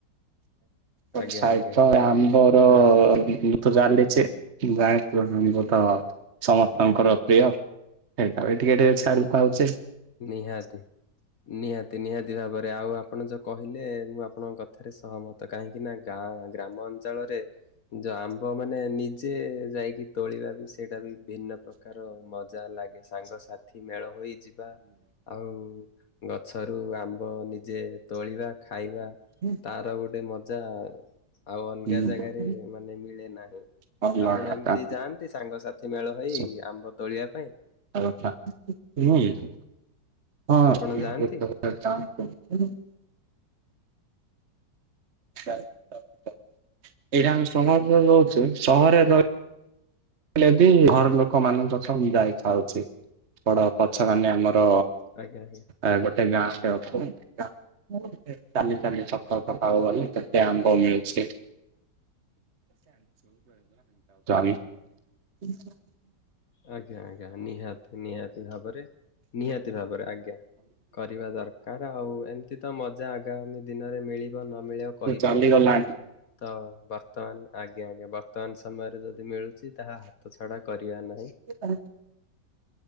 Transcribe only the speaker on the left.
ଆଜ୍ଞା
ଆଜ୍ଞା
ନିହାତି ନିହାତି ନିହାତି ଭାବରେ ଆଉ ଆପଣ ଯୋଉ କହିଲେ ମୁଁ ଆପଣଙ୍କ ରେ ସହମତ କାହିଁକି ନା ଗାଁ ଗ୍ରାମ ଅଞ୍ଚଳରେ ଯ ପୁଅମାନେ ନିଜେ ଯାଇକି ତୋଳିବା ବି ସେଇଟା ବି ଭିନ୍ନ ପ୍ରକାର ମଜା ଲାଗେ ସାଙ୍ଗସାଥି ମେଳ ହୋଇଯିବା ଆଉ ଗଛରୁ ଆମ୍ବ ନିଜେ ତୋଳିବା ଖାଇବା
ତାର ଗୋଟେ ମଜ ଯା ଆଉ ଅଲଗା
ଜାଗାରେ ମାନେ ମିଳେ ନାହିଁ।
ଆପଣ
ଏମିତି ଯାଆନ୍ତି ସାଙ୍ଗସାଥି ମେଳ ହୋଇ
ଆମ୍ବ ତୋଳିବା ପାଇଁ?
ଆପଣ ଯାଆନ୍ତି?
ଆଜ୍ଞା ଆଜ୍ଞା।
ଆଜ୍ଞା ଆଜ୍ଞା ନିହାତି ନିହାତି ଭାବରେ ନିହାତି ଭାବରେ ଆଜ୍ଞା। କରିବା ଦରକାର ଆଉ ଏମତି ତ ମଜା ଆଗାମୀ ଦିନରେ ମିଳିବ ନ ମିଳିବ କହିପାରିବାନି
ତ ବର୍ତ୍ତମାନ ଆଜ୍ଞା ଆଜ୍ଞା ବର୍ତ୍ତମାନ ସମୟରେ ଯଦି ମିଳୁଛି ତାହା ହାତ ଛଡ଼ା କରିବା ନାହିଁ।